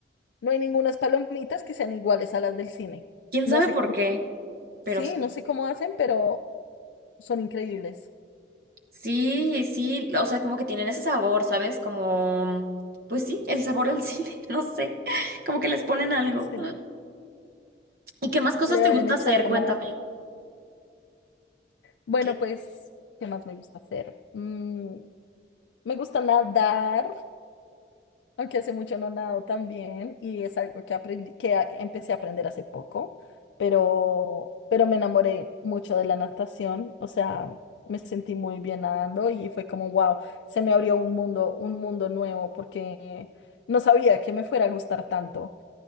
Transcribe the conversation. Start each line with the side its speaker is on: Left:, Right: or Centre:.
Left: no hay ningunas palomitas que sean iguales a las del cine.
Right: ¿Quién
Left: No
Right: sabe
Left: sé
Right: por
Left: cómo,
Right: qué?
Left: sí,
Right: Pero sí.
Left: no sé cómo hacen, pero son increíbles.
Right: Sí, sí, o sea, como que tienen ese sabor, ¿sabes? Como, pues sí, el sabor al cine, <laughs> no sé, como que les ponen algo.
Left: Sí,
Right: ¿Y qué más cosas
Left: le
Right: te
Left: deben
Right: gusta
Left: echar
Right: hacer?
Left: como,
Right: Cuéntame.
Left: bueno,
Right: ¿Qué?
Left: pues, ¿qué más me gusta hacer? Mm, me gusta nadar. Aunque hace mucho no nado también y es algo que aprendí, que a- empecé a aprender hace poco, pero, pero me enamoré mucho de la natación, o sea, me sentí muy bien nadando y fue como, wow, se me abrió un mundo, un mundo nuevo porque no sabía que me fuera a gustar tanto,